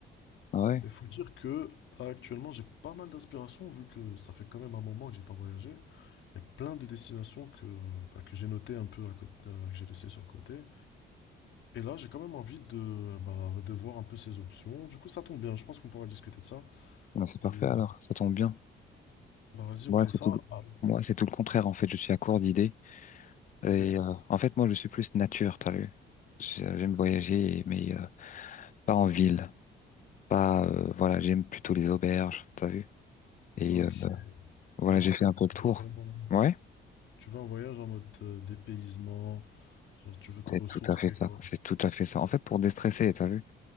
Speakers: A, on the left (about 40°); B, on the left (about 70°).
A: Ah ouais,
B: mais faut dire que là, actuellement, j'ai pas mal d'inspiration vu que ça fait quand même un moment que j'ai pas voyagé. Il y a plein de destinations que, bah, que j'ai notées un peu à côté, euh, que j'ai laissées sur le côté. Et là, j'ai quand même envie de, bah, de voir un peu ces options. Du coup, ça tombe bien. Je pense qu'on pourra discuter de ça.
A: Ben, c'est parfait
B: Et euh,
A: alors, ça tombe bien.
B: bah, vas-y,
A: Moi,
B: on fait
A: c'est
B: ça.
A: tout, le-
B: Ah,
A: moi, c'est tout le contraire en fait. Je suis à court d'idées
B: ok.
A: et euh, en fait, moi, je suis plus nature, t'as vu? J'ai- J'aime voyager, mais euh, pas en ville, pas euh, voilà, j'aime plutôt les auberges, t'as vu? Et
B: Ok.
A: euh, voilà,
B: Genre,
A: j'ai
B: en fait,
A: fait un peu le tour.
B: euh, vraiment.
A: Ouais.
B: Tu vas en voyage en mode euh, dépaysement, genre tu veux te
A: C'est
B: ressourcer,
A: tout à fait ça,
B: quoi.
A: c'est tout à fait ça. En fait, pour déstresser, t'as vu?